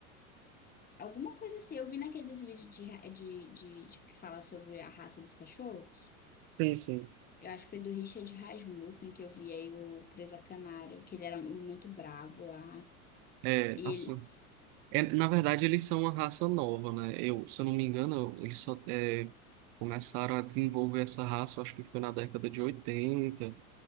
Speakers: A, on the left; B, on the right.
A: Alguma coisa assim, eu vi naqueles vídeos de, ra- de, de, de que fala sobre a raça dos cachorros.
B: Sim, sim.
A: Eu acho que foi do Richard Rasmussen que eu vi aí o Presa Canária, que ele era muito brabo lá.
B: É,
A: E
B: assim,
A: ele,
B: é, na verdade eles são uma raça nova, né? Eu, se eu não me engano, eles só é, começaram a desenvolver essa raça, acho que foi na década de 80.